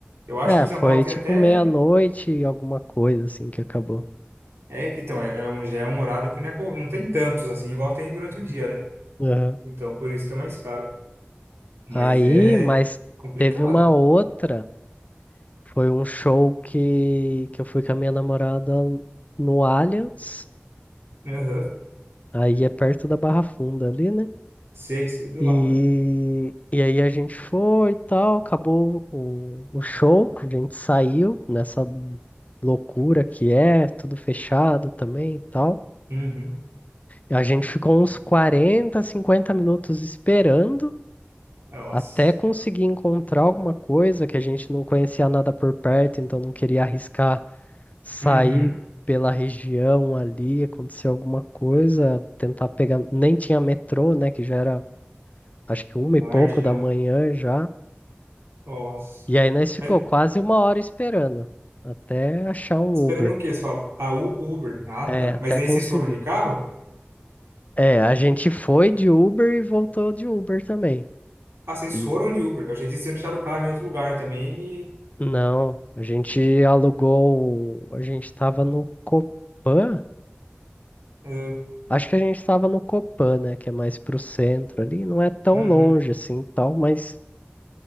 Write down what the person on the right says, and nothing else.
eu acho
que em São
Paulo tem
até.
É, então, é, é um, já é um horário que não, é, co- não tem tantos, assim, igual tem durante o dia, né?
Então, por isso que é mais caro. Mas
é
complicado.
Aham.
Sei, sei, do
lado, né?
Uhum.
Nossa.
Uhum.
Tarde
já.
Nossa.
É,
esperando
o quê? Você fala, ah, o Uber. Ah,
tá.
Mas daí
vocês foram de carro?
Ah, vocês
foram de Uber. Eu achei que vocês tinham deixado o carro em outro lugar também e.
ah,
uhum.